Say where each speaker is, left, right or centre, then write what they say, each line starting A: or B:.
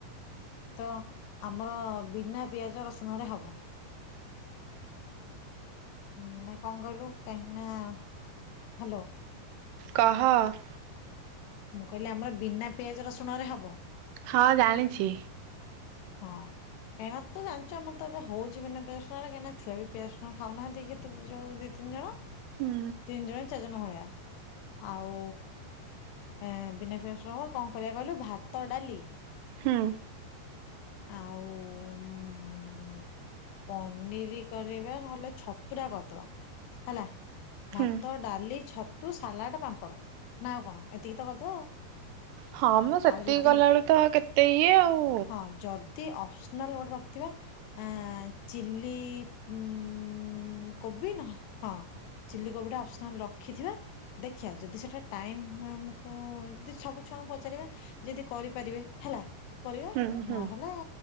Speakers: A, on the left (about 80°); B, on the right (about 80°).
A: ତ ଆମର ବିନା ପିଆଜ ରସୁଣ ରେ ହବ ଁ ନା କଣ କହିଲୁ କାହିଁକି ନା ହ୍ୟାଲୋ
B: କହ
A: ମୁଁ କହିଲି ଆମର ବିନା ପିଆଜ ରସୁଣ ରେ ହବ
B: ହଁ ଜାଣିଛି
A: ହଁ କାହିଁକନା ତ ଜାଣିଚ ଆମର ତ ଏବେ ହଉଚି ବିନା ପିଆସଣରେ କାହିଁକିନା ଛୁଆ ବିିଆସଣ ଖାଉନାହାନ୍ତିି କେତ ଯୋଉ ଦି ତିନି ଜଣ।
B: ହୁଁ
A: ତିନି ଜଣ ଚାର ଜଣ ହଭଳିଆ। ଆଉ ଏ ବିନା ପ୍ରସନ କଣ କରିବା କହିଲୁ ଭାତ ଡାଲି
B: ହୁଁ।
A: ଆଉ ଉମ ପନିର କରିବା ନହେଲେ ଛତୁରା କରିଦବା ହେଲା ଭାତ
B: ହୁଁ
A: ଡାଲି ଛତୁ ସାଲାଡ ପାମ୍ପଡ଼ ନା ଆଉ କଣ ଏତିକି ତ କରିଦବା ଆଉ।
B: ହଁ ମୁଁ ସେତିକି
A: ଆଉ ଯଦି
B: ଗଲାବେଳୁ ତ କେତେ ଇଏ ଆଉ।
A: ହଁ ଯଦି ଅପସନାଲ୍ ଗୋଟେ ରଖିଥିବା ଆ ଚିଲି ଉମ କୋବି ନହଲେ ହଁ ଚିଲି କୋବି ଟା ଆପସନାଲ ରଖିଥିବା ଦେଖିବା ଯଦି ସେଇଟା ଟାଇମ୍ ଆମକୁ ଯଦି ସବୁ ଛୁଆଙ୍କୁ ପଚାରିବା ଯଦି କରିପାରିବେ ହେଲା କରିବା।
B: ହୁଁ ହୁଁ
A: ମାନେ